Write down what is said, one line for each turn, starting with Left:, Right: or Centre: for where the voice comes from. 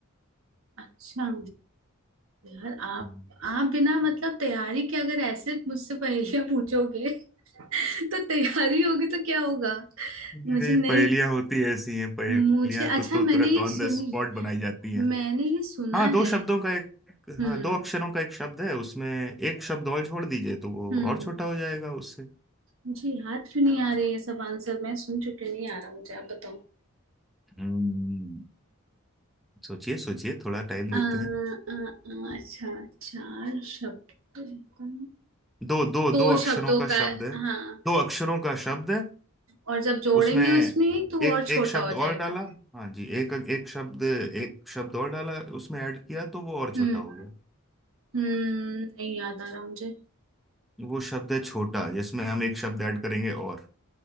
Right: अच्छा यार आप
Centre: हम्म।
Right: आप बिना मतलब तैयारी के अगर ऐसे मुझसे पहेलियां पूछोगे <laughs> तो तैयारी होगी तो क्या होगा
Centre: नहीं
Right: मुझे नहीं
Centre: पहेलियां होती ऐसी हैं पहेलियां
Right: मुझे अच्छा
Centre: को तो
Right: मैंने
Centre: तुरंत
Right: ये
Centre: ऑन
Right: सुनी
Centre: द स्पॉट बनाई जाती हैं
Right: मैंने ये सुना
Centre: हाँ दो
Right: है
Centre: शब्दों का एक
Right: हम्म
Centre: हाँ दो अक्षरों का एक शब्द है उसमें एक शब्द और जोड़ दीजिए तो वो
Right: हम्म
Centre: और छोटा हो जाएगा उससे
Right: मुझे याद क्यों नहीं आ रही ये सब आंसर मैं सुन चुकी हूँ, नहीं आ रहा मुझे आप बताओ
Centre: हम्म, सोचिए सोचिए थोड़ा टाइम
Right: आ,
Centre: देते
Right: आ,
Centre: हैं
Right: आ, अच्छा चार शब्दों का
Centre: दो दो
Right: दो
Centre: दो अक्षरों
Right: शब्दों
Centre: का
Right: का
Centre: शब्द है
Right: हाँ
Centre: दो अक्षरों का शब्द है
Right: और जब जोड़ेंगे
Centre: उसमें
Right: उसमें तो वो
Centre: एक
Right: और छोटा
Centre: एक शब्द
Right: हो जाएगा
Centre: और डाला हाँ जी एक एक शब्द एक शब्द और डाला उसमें ऐड किया तो वो और छोटा
Right: हम्म
Centre: हो गया
Right: हम्म नहीं याद आ रहा मुझे
Centre: वो शब्द है छोटा जिसमें हम एक शब्द ऐड करेंगे और